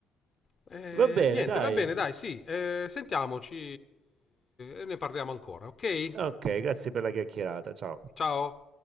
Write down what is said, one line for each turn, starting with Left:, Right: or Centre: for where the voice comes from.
Left: Eh,
Right: Va bene,
Left: niente,
Right: dai.
Left: va bene, dai, sì. eh, sentiamoci e ne parliamo ancora, ok?
Right: Ok, grazie per la chiacchierata. Ciao.
Left: Ciao.